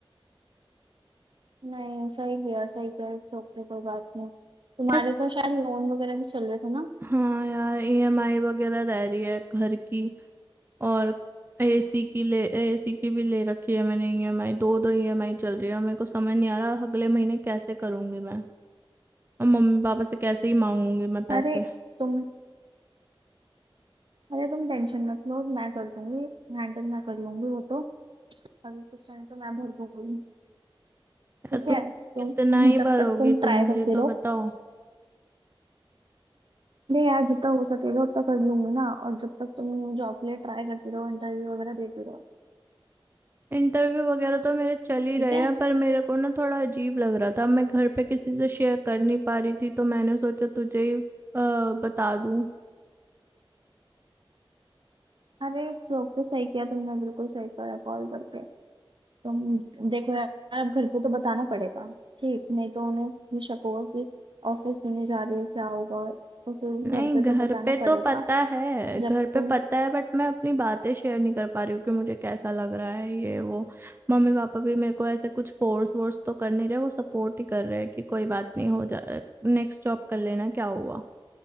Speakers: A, on the right; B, on the right.
A: नहीं सही किया सही किया इट्स ओके कोई बात नहीं तुम्हारे
B: यस
A: तो शायद लोन वगैरह भी चल रहे थे ना
B: हाँ यार ईएमआई वगैरह रह रही है घर की और एसी की ले एसी की भी ले रखी है मैंने ईएमआई दो दो ईएमआई चल रही है मेरे को समझ नहीं आ रहा अगले महीने कैसे करूंगी मैं और मम्मी पापा से कैसे ही मांगूंगी मैं पैसे
A: अरे तुम अरे तुम टेंशन मत लो मैं कर दूंगी हैंडल मैं कर लूंगी वो तो अभी कुछ टाइम तो मैं भर दूंगी
B: यार
A: ठीक
B: तुम
A: है तुम
B: कितना
A: <laughs>
B: ही
A: तब
B: भरोगी
A: तक तुम
B: तुम
A: ट्राई करती
B: ये तो
A: रहो
B: बताओ
A: नहीं यार जितना हो सकेगा उतना कर लूंगी ना और जब तक तुम न्यू जॉब के लिए ट्राई करती रहो इंटरव्यू वगैरह देती रहो
B: इंटरव्यू वगैरह तो मेरे चल ही
A: ठीक
B: रहे
A: है
B: हैं पर मेरे को ना थोड़ा अजीब लग रहा था मैं घर पे किसी से शेयर कर नहीं पा रही थी तो मैंने सोचा तुझे ही अ, बता दूं
A: अरे जॉब पे सही किया तुमने बिल्कुल सही करा कॉल करके तुम देखो यार अब घर पे तो बताना पड़ेगा ठीक नहीं तो उन्हें भी शक होगा कि ऑफिस भी नहीं जा रही है क्या होगा तो फिर
B: नहीं
A: घर पे
B: घर
A: तो बताना
B: पे
A: पड़ेगा
B: तो पता है
A: जब
B: घर पे
A: तुम
B: पता है बट मैं अपनी बातें शेयर नहीं कर पा रही हूँ कि मुझे कैसा लग रहा है ये वो मम्मी पापा भी मेरे को ऐसे कुछ फोर्स वोर्स तो कर नहीं रहे वो सपोर्ट ही कर रहे हैं कि कोई बात नहीं हो जा नेक्स्ट जॉब कर लेना क्या हुआ